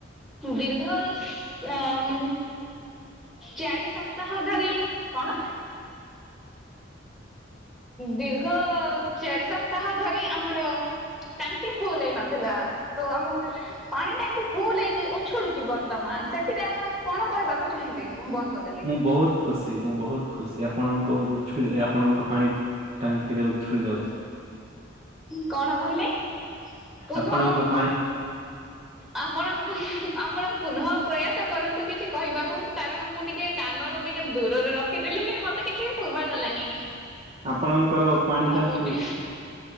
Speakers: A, in the centre; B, on the right.
A: ଦୀର୍ଘ ଅମ୍ ଚାରି ସପ୍ତାହ ଧରି କଣ? ଦୀର୍ଘ ଚାରି ସପ୍ତାହ ଧରି ଆମର ତାଙ୍କେ ଫୁଲ ହେଇ ନଥିଲା। ତ ଆମ ପାଣି ଟାଙ୍କି ଫୁଲ ହେଇକି ଉଛୁଳୁଛି ବର୍ତମାନ, ସେଥିରେ ଆପଣ କଣ କହିବାକୁ ଚାହିଁବେ? ବନ୍ଦ କରିଦେଲି।
B: ମୁଁ ବହୁତ ଖୁସି ମୁଁ ବହୁତ ଖୁସି ଆପଣଙ୍କ ଉଛୁଳି ଯା ଏ ଆପଣଙ୍କ ପାଣି ଟାଙ୍କିରେ ଉଛୁଳି ଯାଉଛି।
A: କଣ କହିଲେ ପୁନଃ
B: ଆପଣଙ୍କ ପାଣି
A: ଆପଣ ଆପଣ ପୁନଃ ପ୍ରୟା ସ କରନ୍ତୁ କିଛି କହିବାକୁ କାରଣ ମୁଁ ଟିକେ କାନରୁ ଟିକେ ଦୂରରେ ରଖିଥିଲି କି ମୋତେ କିଛି ଶୁଭାଗଲାନି।
B: ଆପଣଙ୍କର ପାଣି ଟାଙ୍କି
A: କହୁଛି
B: ଉଛୁ